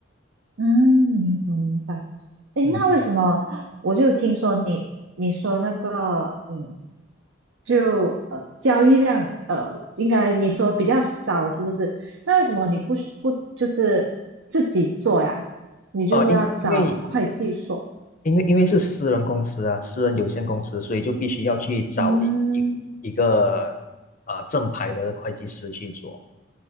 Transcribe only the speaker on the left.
嗯，
哦、因因为因为因为是私人公司啊，私人有限公司，所以就必须要去找一一一个呃正牌的会计师去做。